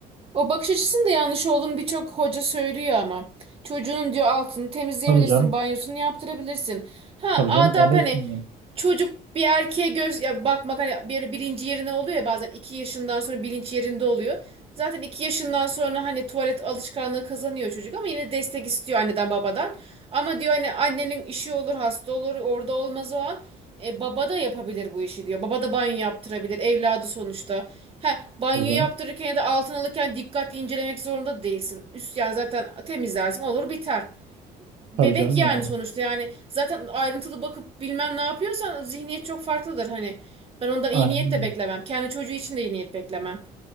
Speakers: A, on the right; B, on the right.
A: O bakış açısının da yanlış olduğunu birçok hoca söylüyor ama. Çocuğun diyor altını temizleyebilirsin,
B: Tabii canım.
A: banyosunu yaptırabilirsin. Ha
B: Tabii
A: adap
B: canım babasın
A: hani
B: yani.
A: çocuk bir erkeğe göz ya bakmak hani bir, bilinci yerine oluyor ya bazen iki yaşından sonra bilinç yerinde oluyor. Zaten iki yaşından sonra hani tuvalet alışkanlığı kazanıyor çocuk ama yine destek istiyor anneden babadan. Ama diyor hani annenin işi olur, hasta olur, orada olmaz o an. E, baba da yapabilir bu işi diyor. Baba da banyo yaptırabilir. Evladı sonuçta. He, banyo
B: Tabii canım.
A: yaptırırken ya da altın alırken dikkat incelemek zorunda değilsin. Üst yani zaten temizlersin olur biter. Bebek
B: Tabii canım
A: yani
B: yani.
A: sonuçta yani zaten ayrıntılı bakıp bilmem ne yapıyorsan zihniyet çok farklıdır hani. Ben ondan iyi
B: Aynen.
A: niyet de beklemem. Kendi çocuğu için de iyi niyet beklemem.